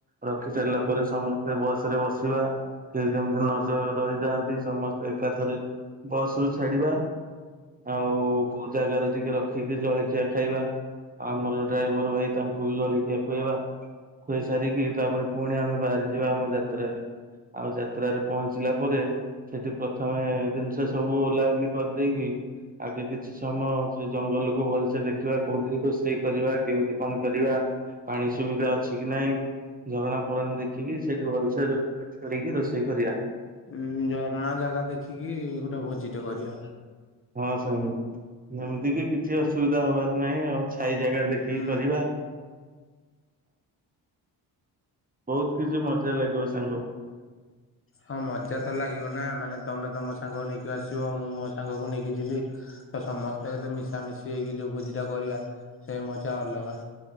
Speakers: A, on the right; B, on the left.
A: ରଖି ସାରିଲା ପରେ ସମସ୍ତେ ବସ ରେ ବସିବା। କେ ଯେମତି ନଜ ରହିଯାଆନ୍ତି ସମସ୍ତେ ଏକାଥରେ ବସ୍ ରୁ ଛାଡିବା। ଆଉ କୋଉ ଜାଗାରେ ଟିକେ ରଖିକି ଜଳଖିଆ ଖାଇବା ଆମର ଡ୍ରାଇଭର ଭାଇ ତାଙ୍କୁ ବି ଜଳିଖିଆ ଖୋଇବା। ଖୁଏଇ ସାରିକି ତାପରେ ପୁଣି ଆମେ ବାହାରି ଯିବା ଆମ ଯାତ୍ରାରେ। ଆଉ ଯାତ୍ରାରେ ପହଞ୍ଚିଲା ପରେ ସେଠି ପ୍ରଥମେ ଜିନିଷ ସବୁ ଓଲ୍ହା ଓଲ୍ଲି କରି ଦେଇକି ଆଗେ କିଛି ସମୟ ସେଇ ଜଙ୍ଗଲକୁୁ ଭଲସେ ଦେଖିବା କୋଉଠି ରୋଷେଇ କରିବା କେମିତି କଣ କରିବା ପାଣି ସୁବିଧା ଅଛି କି ନାହିଁ। ଝରଣା ଫରଣା ଦେଖିକି ସେଇଠି ଭଲସେ <unintelligible> ରୋଷେଇ କରିବା।
B: ଉଁ ଝରଣା ଜାଗା ଦେଖିକି ଗୋଟେ ଭୋଜିଟେ କରିବା।
A: ହଁ ସାଙ୍ଗ ଯେମିତି କିି କିଛି ଅସୁବିଧା ହବାର ନାହିଁ ଆଉ। ଛାଇ ଜାଗା ଦେଖିକି
B: ହୁଁ
A: କରିବା। ବହୁତ କିଛି ମଜା ଲାଗିବ ସାଙ୍ଗ।
B: ହଁ ମଜା ତ ଲାଗିବ ନା ମାନେ ତମେ ତମ ସାଙ୍ଗ ନେଇକି ଆସିବ ମୁଁ ମୋ ସାଙ୍ଗକୁ ନେଇକି ଯିବି। ତ ସମସ୍ତେ ଯଦି ମିଶା ମିଶି ହେଇକି ଯୋଉ ଭୋଜି ଟା କରିବା ସେ ମଜା ଅଲଗା।